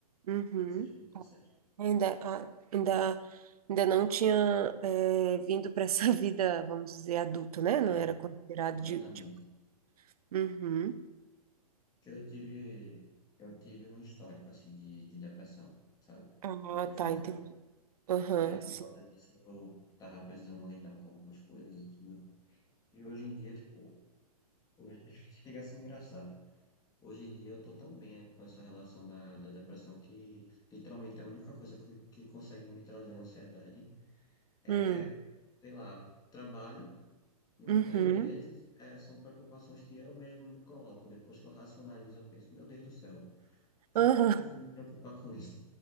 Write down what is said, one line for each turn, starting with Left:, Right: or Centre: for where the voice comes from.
Right: Uhum.
Left: dezesseis para 17.
Right: Ainda, a- ainda, ainda não tinha é, vindo para essa <laughs> vida, vamos dizer, adulta, né? Não
Left: É,
Right: era considerado
Left: exatamente.
Right: de. de- Uhum.
Left: Porque eu tive, eu tive um histórico, assim, de, de depressão, sabe?
Right: Ah,
Left: No contexto
Right: tá,
Left: geral.
Right: entendi. Aham,
Left: Aí, por
Right: sim.
Left: causa disso, eu tava precisando lidar com algumas coisas e tudo. E hoje em dia, tipo, hoje- <laughs> chega a ser engraçado. Hoje em dia eu tô tão bem eh, com essa relação da, da depressão que literalmente a única coisa que, que consegue me trazer ansiedade é,
Right: Hum,
Left: sei lá, trabalho. E muitas
Right: Uhum.
Left: vezes é, são preocupações que eu mesmo me coloco. Depois que eu racionalizo, eu penso, meu Deus do céu, por que
Right: Aham.
Left: é que foi que eu fui me preocupar com isso?